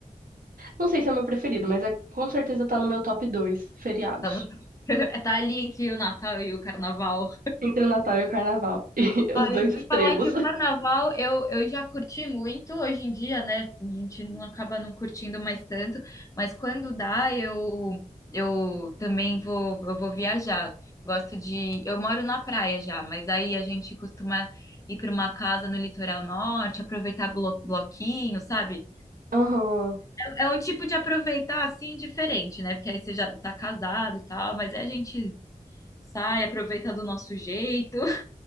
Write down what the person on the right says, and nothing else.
não sei se é o meu preferido, mas é com certeza tá no meu top 2. feriados.
Entre o Natal e o carnaval. <laughs> E
os dois
extremos.
Aham.